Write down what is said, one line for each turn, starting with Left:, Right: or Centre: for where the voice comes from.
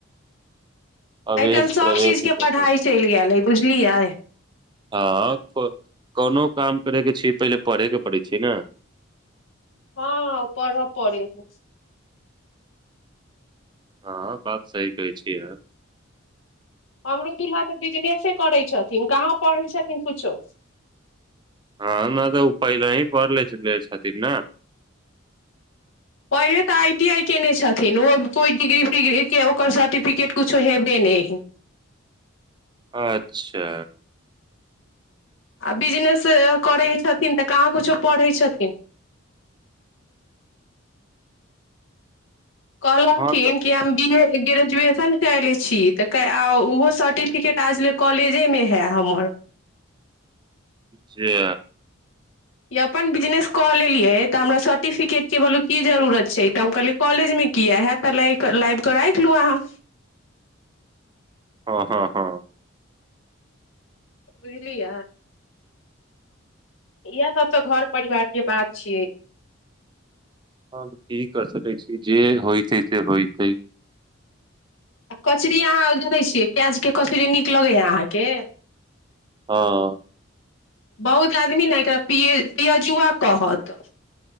Right: अवेश
Left: आइ काल्हि सभ
Right: प्रवेश
Left: चीज
Right: ई
Left: के
Right: सब
Left: पढ़ाइ
Right: पढ़ै
Left: चलि गेल अइ बुझल की आ
Right: हँ कोनो काम करैके छिय पहिले पढ़ेके पड़ै छै ने
Left: हँ पढ़ब पड़े छै
Right: हँ बात सही कहै छियै य
Left: अमरुदल्हा तऽ बिजनेसे करै छथिन कहाँ पढ़ै छथिन किछो
Right: हँ न तऽ ओ पहिला ही पले छथिन ने
Left: पहिले तऽ आइ टी आइ कयने छथिन ओ कोइ डिग्री फटिग्रीके ओकर सर्टिफिकेट किछो हेबे नहि
Right: अच्छा
Left: आ बिजनेस करै छथिन तऽ कहाँ कछो पढ़ै छथिन कहल
Right: हँ
Left: कठिन
Right: तऽ
Left: किी हम बि ग्रेजुएशन कले छी तऽ ओहो सर्टिफिकेट आजल कॉलेजेमे है हमर
Right: जे
Left: य अपन बिजनेस कऽ लेलियै तऽ हमरा सर्टिफिकेटके बो की जरूरत छै तऽ हम कहलियै कॉलेजमे किया हत तऽ लाइ कऽ राखि लू अहाँ
Right: ह हँ हँ
Left: बुझलिय इएहसभ तऽ घर परिवारके बात छियै
Right: ह की कर सकै छी जे होइ छैइ से होइ ई
Left: आ कचरी अहाँ जनै छियै प्याजके कचरी नीक लगैए अहाँके
Right: हँ
Left: बहुत आदमी ने एकरा पिय पियजुआ कहत